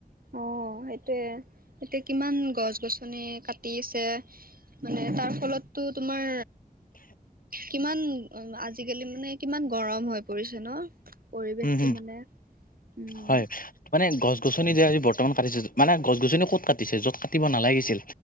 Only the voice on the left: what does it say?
উম, হম।
হয় মানে গছ গছনি যে আজি বৰ্তমান কাটিছে, মানে গছ গছনি ক'ত কাটিছে য'ত কাটিব নালাগিছিল